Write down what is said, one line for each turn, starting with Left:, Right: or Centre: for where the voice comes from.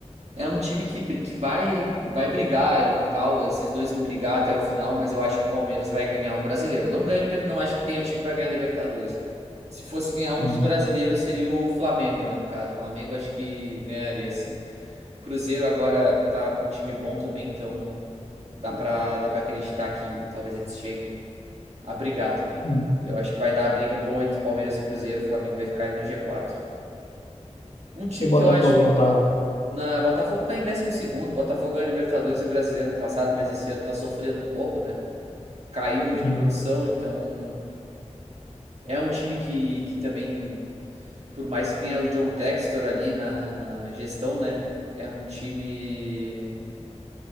Right: é um time que, br- que vai vai brigar ali e tal. Esses dois vão brigar até o final, mas eu acho que o Palmeiras vai ganhar o Brasileiro. Não ganha Liber... não acho que tenha time pra ganhar Libertadores. Se fosse ganhar um
Left: uhum,
Right: dos brasileiros, seria o Flamengo, né, no caso. O Flamengo acho que ganharia sim. Cruzeiro agora tá com um time bom também, então dá pra dá para acreditar que talvez eles cheguem a brigar também,
Left: uhum.
Right: né? Eu acho que vai dar a briga boa entre Palmeiras e Cruzeiro, o Flamengo vai ficar ali no G4. Um time
Left: E o Botafogo
Right: que eu acho.
Left: não tá.
Right: Na, Botafogo tá em décimo segundo Botafogo ganhou Libertadores e Brasileiro no passado, mas esse ano tá sofrendo um pouco, né? Caiu de
Left: Uhum,
Right: produção, então é um time que, que também, por mais que tenha o John Textor ali na, na gestão, né? É um time.